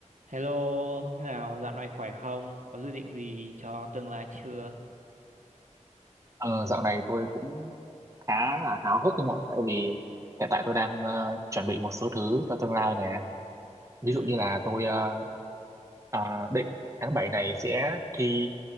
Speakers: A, on the right (about 80°); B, on the right (about 25°).
A: Hello, thế nào? Dạo này khỏe không? Có dự định gì cho tương lai chưa?
B: Ờ, dạo này tôi cũng khá là háo hức không ạ? Tại vì hiện tại tôi đang ờ, chuẩn bị một số thứ cho tương lai nè. Ví
A: Ừ,
B: dụ như là tôi ờ, à, định tháng 7 này sẽ thi